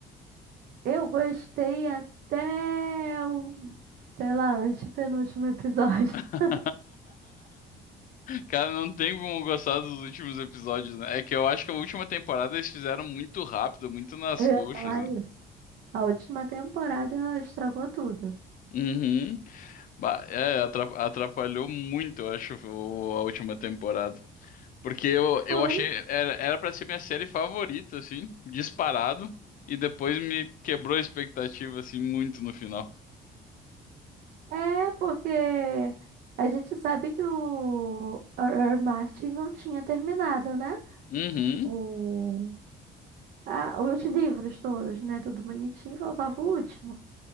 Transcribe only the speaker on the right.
Eu gostei até o, sei lá, antepenúltimo episódio.
<laughs>
Eu
ia falar
isso. A última temporada ela estragou tudo.
Foi.
É, porque a gente sabe que o R.R. Martin não tinha terminado, né?
O... Ah, os livros todos, né? Tudo bonitinho, faltava o último.